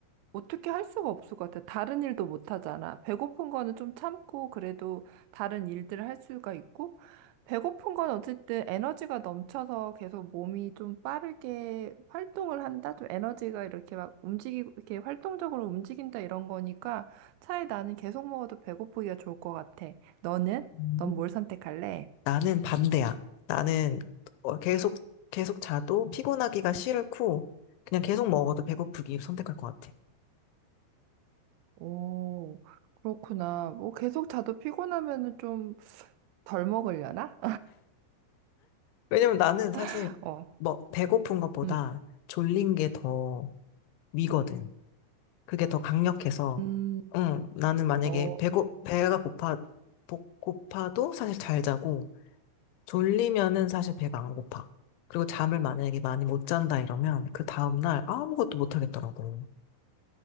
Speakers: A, on the right; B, on the left.
A: 어떻게 할 수가 없을 것 같아. 다른 일도 못 하잖아. 배고픈 거는 좀 참고 그래도 다른 일들을 할 수가 있고, 배고픈 건 어쨌든 에너지가 넘쳐서 계속 몸이 좀 빠르게 활동을 한다? 좀 에너지가 이렇게 막 움직이고, 이렇게 활동적으로 움직인다 이런 거니까 차에 나는 계속 먹어도 배고프기가 좋을 것 같아. 너는?
B: 음.
A: 넌 뭘 선택할래?
B: 나는 반대야. 나는 어, 계속, 계속 자도 피곤하기가 싫고, 그냥 계속 먹어도 배고프기를 선택할 것 같아.
A: 오, 그렇구나. 뭐 계속 자도 피곤하면은 좀 덜 먹으려나?
B: 왜냐면 나는 사실,
A: <laughs> 어.
B: 뭐, 배고픈 것보다
A: 음.
B: 졸린 게 더 위거든. 그게 더 강력해서,
A: 음,
B: 응, 나는 만약에
A: 어,
B: 배고, 배가 고파, 복- 고파도 사실 잘 자고, 졸리면은 사실 배가 안 고파. 그리고 잠을 만약에 많이 못 잔다 이러면, 그 다음날 아무것도 못 하겠더라고.